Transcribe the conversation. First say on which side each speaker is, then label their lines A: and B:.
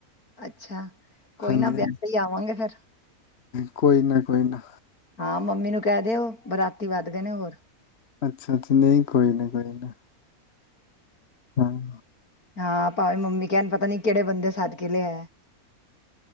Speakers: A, on the left (about 85°); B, on the left (about 50°).
A: ਅੱਛਾ- ਕੋਈ
B: ਹਾਂਜੀ
A: ਨਾ
B: ਹਾਂਜੀ,
A: ਵਿਆਹ ਲਈ ਹੀ ਆਵਾਂਗੇ ਫਿਰ
B: ਕੋਈ ਨਾ ਕੋਈ ਨਾ
A: ਹਾਂ ਮੰਮੀ ਨੂੰ ਕਹਿ ਦਿਓ ਬਰਾਤੀ ਵੱਧ ਗਏ ਹੋਰ
B: ਅੱਛਾ -ਅੱਛਾ ਨਹੀਂ ਕੋਈ ਨਾ ਕੋਈ ਨਾ ਹਾਂ-
A: ਹਾਂ ਭਾਵੇਂ ਮੰਮੀ ਕਹਿਣ ਪਤਾ ਨੀ ਕਿਹੜੇ ਬੰਦੇ ਸਦ ਕੇ ਲਿਆਇਆ।